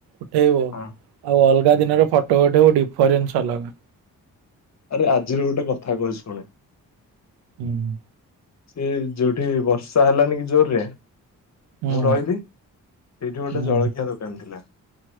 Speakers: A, on the right; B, on the left.
A: ଉଠେଇବ
B: ହଁ।
A: ଆଉ ଅଲଗା ଦିନରେ ଫଟୋ ଉଠେଇବ ଡିଫରେନ୍ସ ଅଲଗା ।
B: ଆରେ ଆଜିର ଗୋଟେ କଥା କହୁଚି ଶୁଣେ ।
A: ହୁଁ ।
B: ସେ ଯୋଉଠି ବର୍ଷା ହେଲାନି କି ଜୋରରେ
A: ହୁଁ
B: ମୁଁ ରହିଲି ସେଇଠୁ ଗୋଟେ
A: ହୁଁ
B: ଜଳଖିଆ ଦୋକାନ ଥିଲା ।